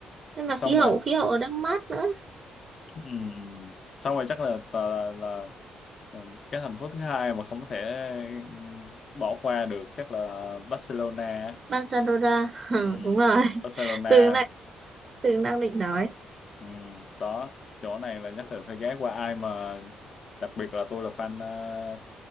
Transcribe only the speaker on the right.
thế là
khí hậu,
khí hậu ở đang mát nữa.
Barcelona, <laughs>
đúng rồi,
<laughs> Tường đang, Tường đang định nói.